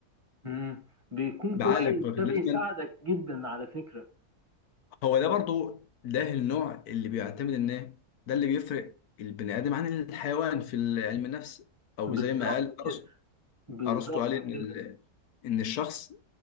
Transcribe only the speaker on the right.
مم. بيكون
كويس
ده
بيساعدك جدا على فكرة
بالظبط
كده بالظبط
كده